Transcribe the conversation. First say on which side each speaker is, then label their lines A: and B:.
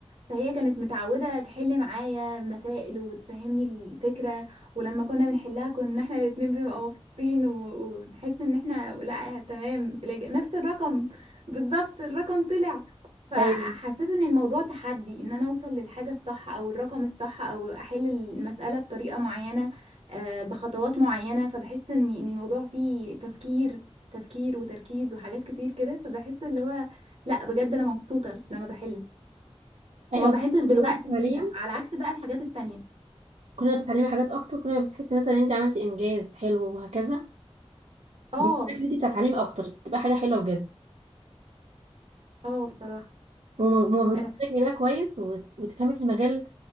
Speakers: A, on the right; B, on the right.
A: فهي كانت متعودة تحل معايا مسائل وتفهمني الفكرة ولما كنا بنحلها كنا احنا الاتنين بنبقى مبسوطين و- ونحس ان احنا لا تمام الإج- نفس الرقم بالظبط الرقم طلع فحسيت
B: ايوه
A: ان الموضوع تحدي ان انا اوصل للحاجة الصح او الرقم الصح او احل المسألة بطريقة معينة آه، بخطوات معينة فبحس ان إن الموضوع فيه تفكير تفكير وتركيز وحاجات كتير كده فبحس اللي هو لا بجد انا مبسوطة لما بحل
B: ايوه
A: وما بحسش بالوقت
B: نظام التعليم
A: فيها على عكس بقى الحاجات التانية
B: كنا بتتعلمي حاجات اكتر كنا بتحسي مثلا ان انت عملتي انجاز حلو وهكذا
A: اه
B: بتفيدك انت تتعلمي اكتر بتبقى حاجه حلوه بجد
A: اه بصراحة
B: وما
A: اه
B: بتذاكري بقى كويس وت- وتفهمي في المجال